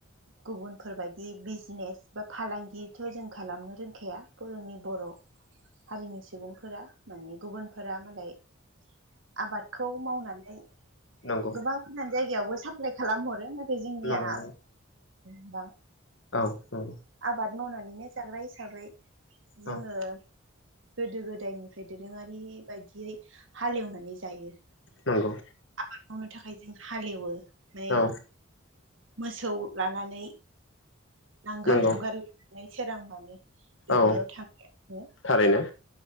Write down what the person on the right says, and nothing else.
गुबुनफोरबायदि बिजनेस बा फालांगिथ' जों खालामनो रोंखाया बर'नि बर' हारिनि सुबुंफोरा माने गुबुनफोरा मालाय आबादखौ मावनानै
गोबां गोजान जायगायावबो साप्लाइ खालामहरो बे जोंनिया
<unintelligible>
आबाद मावनानैनो जाग्रा हिसाबै
जोङो गोदो गोदायनिफ्राय दोरोङारि बायदियै हालेवनानै जायो
आबाद मावनो थाखाय जों हालेवो माने
मोसौ लानानै नांगोल
जुंगाल लानानै सोरांबानो दुब्लियाव
थाङो